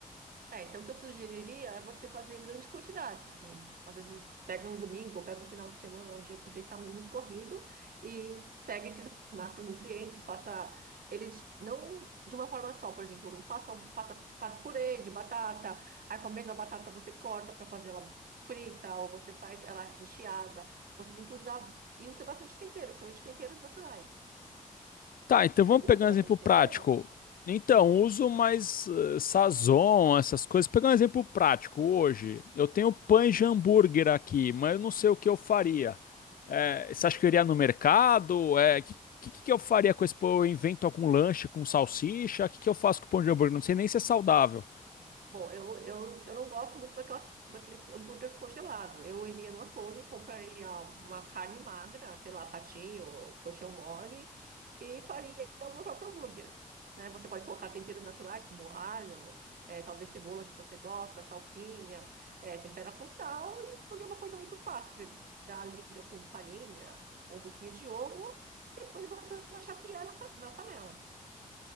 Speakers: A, on the right; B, on the left.
A: É, então o que eu sugeriria é você fazer em grande quantidade. Assim, às vezes pega um domingo, ou pega um final de semana, um dia que você está menos corrido, e pega esses macronutrientes, faça eles não de uma forma só, por exemplo, não faça, faça, faça purê de batata, aí com a mesma batata você corta para fazer ela frita, ou você faz ela recheada. Você tem que usar, e usa bastante tempero, principalmente temperos naturais.
B: Tá, então
A: Você
B: vamos
A: usa
B: pegar um
A: bastante
B: exemplo prático.
A: tempero?
B: Então,
A: Hum.
B: uso mais eh, Sazon, essas coisas. Pegar um exemplo prático hoje. Eu tenho pães de hambúrguer aqui, mas eu não sei o que eu faria. Eh, você acha que eu iria no mercado? É, que, que, que eu faria com esse pão? Eu invento algum lanche com salsicha? O que, que eu faço com o pão de hambúrguer? Não sei nem se é saudável.
A: Bom, eu, eu, eu não gosto muito daquelas, daqueles hambúrgueres congelados. Eu iria no açougue, compraria uma carne magra, sei lá, patinho, coxão mole, e faria o meu próprio hambúrguer. Né? Você pode colocar temperos naturais, como alho, eh, talvez cebola, se você gosta, salsinha, eh, tempera com sal, e o hambúrguer é uma coisa muito fácil. Você dá a liga com farinha, um pouquinho de ovo, e depois você só chapear na, fa- na panela.